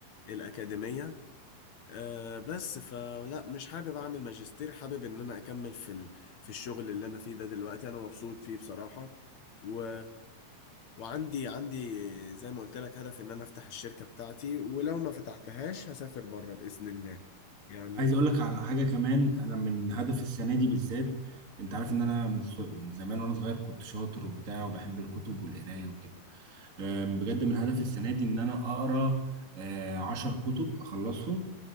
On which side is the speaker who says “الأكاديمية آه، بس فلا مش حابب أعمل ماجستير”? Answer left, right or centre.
Left